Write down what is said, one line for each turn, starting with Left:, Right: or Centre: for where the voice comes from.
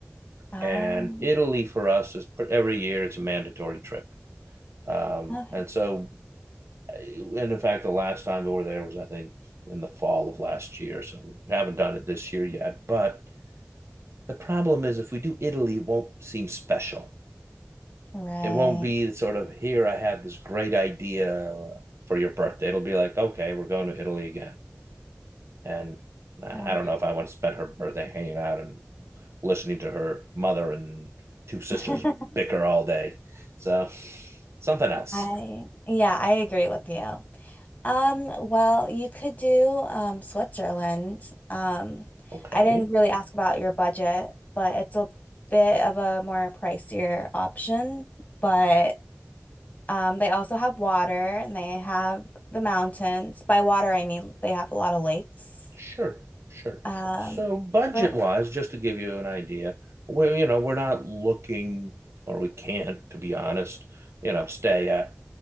Left: Um,
Right: And Italy for us is every year it's a mandatory trip. Um,
Left: Okay.
Right: and so, and in fact, the last time we were there was, I think, in the fall of last year. So we haven't done it this year yet. But the problem is, if we do Italy, it won't seem special.
Left: right.
Right: It won't be sort of here, I had this great idea for your birthday. It'll be like, okay, we're going to Italy again. And I
Left: Okay.
Right: don't know if I want to spend her birthday hanging out and listening to her mother and two sisters
Left: <laughs>
Right: bicker all day. So something else.
Left: I, yeah, I agree with you. Um, well, you could do um Switzerland. Um,
Right: Okay.
Left: I didn't really ask about your budget, but it's a bit of a more pricier option, but Um, they also have water and they have the mountains. By water, I mean they have a lot of lakes.
Right: Sure, sure.
Left: Um,
Right: So budget-wise,
Left: for,
Right: just to give you an idea, we you know, we're not looking or we can't, to be honest, you know, stay at